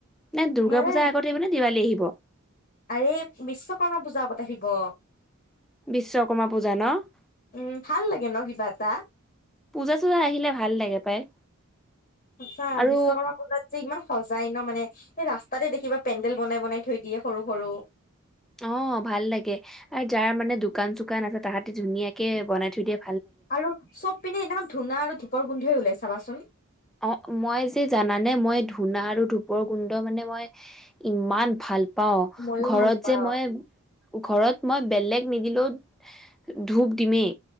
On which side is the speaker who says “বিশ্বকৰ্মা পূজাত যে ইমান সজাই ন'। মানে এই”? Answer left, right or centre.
Left